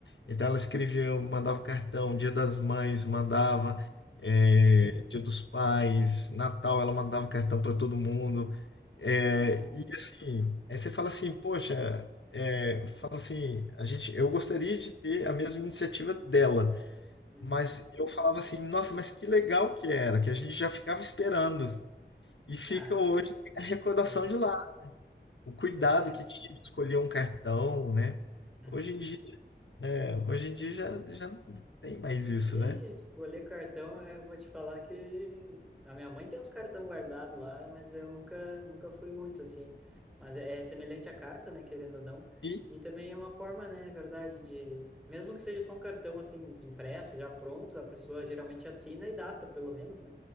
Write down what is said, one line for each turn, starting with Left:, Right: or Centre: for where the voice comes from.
Left: Então ela escrevia, mandava cartão, Dia das Mães, mandava, é,
Centre: uhum.
Left: Dia dos Pais, Natal, ela mandava cartão para todo mundo. É,
Centre: Nossa.
Left: e assim, aí você fala assim, poxa, é, fala assim, a gente, eu gostaria de ter a mesma iniciativa dela,
Centre: Uhum.
Left: mas eu falava assim, nossa, mas que legal que era, que a gente já ficava esperando. E fica
Centre: Ah,
Left: hoje a recordação
Centre: sim.
Left: de lá, o cuidado
Centre: Verdade.
Left: que tinha de escolher um cartão, né?
Centre: Uhum.
Left: Hoje em dia é, hoje em dia já, já não tem mais isso,
Centre: E
Left: né?
Centre: escolher cartão, é, eu vou te falar que a minha mãe tem uns cartão guardado lá, mas eu nunca, nunca fui muito assim. Mas é, é semelhante à carta, né, querendo ou não.
Left: E
Centre: E também é uma forma, né, é verdade, de mesmo que seja só um cartão assim impresso, já pronto, a pessoa geralmente assina e data, pelo menos, né?